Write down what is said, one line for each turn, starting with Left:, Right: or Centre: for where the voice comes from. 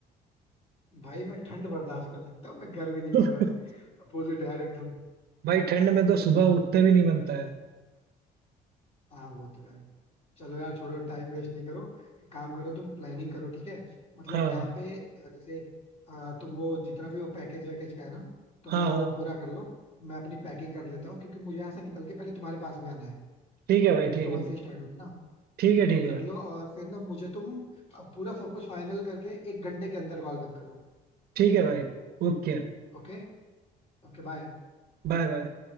Left: भाई मैं ठंड बर्दाश्त कर सकता हूँ मैं गर्मी नहीं
Right: <laughs>
Left: बर्दाश्त अपोजिट है यार एकदम
Right: भाई ठंड में तो सुबह उठते भी नहीं बनता है
Left: हाँ वो तो है चलो यार छोड़ो टाइम वेस्ट नहीं करो एक काम करो तुम प्लानिंग करो ठीक है मतलब
Right: हाँ
Left: यहाँ पे अ, जैसे अ, तुम वो जितना भी वो पैकेज वैकेज का है ना तुम
Right: हाँ
Left: उनका
Right: हाँ
Left: वो पूरा कर लो मैं अपनी पैकिंग कर लेता हूँ क्योंकि मुझे यहाँ से निकल के पहले तुम्हारे पास भी आना है
Right: ठीक है भाई
Left: ट्रिप
Right: ठीक
Left: तो वहीं
Right: है
Left: से स्टार्ट होगी ना
Right: ठीक है ठीक
Left: तो कर
Right: है
Left: लो और फिर ना मुझे तुम अ, पूरा सब कुछ फाइनल करके एक घंटे के अंदर कॉल बैक करो
Right: ठीक है भाई ओके
Left: ओके Okay bye
Right: Bye bye